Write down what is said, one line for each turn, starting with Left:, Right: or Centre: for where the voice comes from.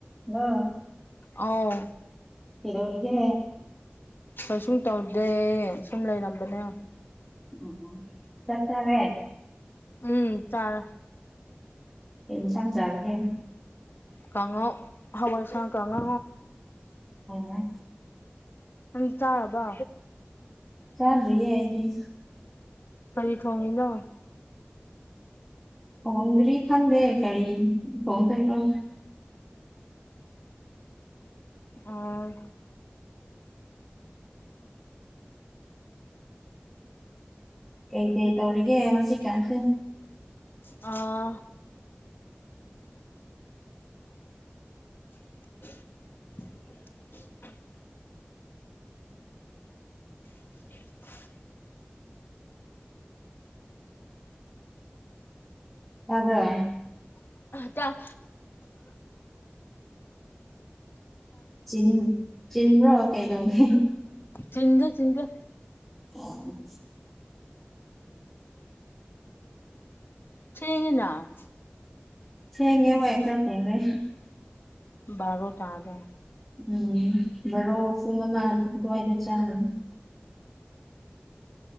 Centre: hello
Left: ꯑꯥꯎ
Centre: ꯏꯔꯧꯒ
Left: ꯀꯩꯁꯨꯝ ꯇꯧꯗꯦ ꯁꯨꯝ ꯂꯩꯔꯝꯕꯅꯦ
Centre: ꯎ ꯆꯠꯆꯔꯦ
Left: ꯎꯝ ꯆꯔ
Centre: ꯑꯩ ꯏꯟꯁꯥꯡ ꯆꯥꯔꯒꯦ
Left: ꯀꯥꯡꯉꯧ ꯍꯋꯥꯏꯁꯥ ꯀꯥꯡꯉꯥ
Centre: ꯑꯣ
Left: ꯎ ꯆꯥꯕ
Centre: ꯀꯔꯤꯌꯦ ꯑꯩꯒꯤꯦ
Left: ꯀ ꯊꯣꯡꯉꯦꯅ
Centre: ꯍꯣꯡꯗ꯭ꯔꯤ ꯈꯪꯗꯦ ꯀꯔꯤ ꯊꯣꯡꯗꯣꯏꯔꯣ
Left: ꯑꯣ
Centre: ꯑꯩꯒꯦ ꯇꯧꯔꯒꯦ ꯍꯧꯖꯤ ꯀꯁꯤꯦ
Left: ꯑꯥ <unintelligible> <unintelligible> <unintelligible>
Centre: ꯇꯕ꯭ꯔꯥ
Left: ꯇ
Centre: ꯆꯤꯟ ꯆꯟ꯭ꯔꯣ ꯀꯩꯗꯧꯅꯤ
Left: ꯆꯖ ꯆꯤꯟꯖ
Centre: ꯑꯣ
Left: ꯁꯤꯅꯤ ꯀꯩꯅꯣ
Centre: ꯍꯦꯡꯦ ꯃꯣꯏꯁꯠꯇꯦꯡꯅꯦ
Left: ꯕꯥꯔꯣ ꯇꯒꯦ
Centre: ꯎꯝ ꯏꯕꯣꯁꯏꯅ ꯆꯅ